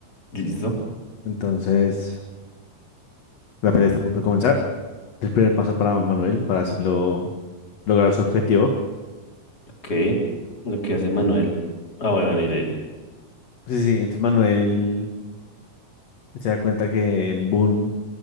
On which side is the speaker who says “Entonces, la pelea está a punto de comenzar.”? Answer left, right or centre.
Left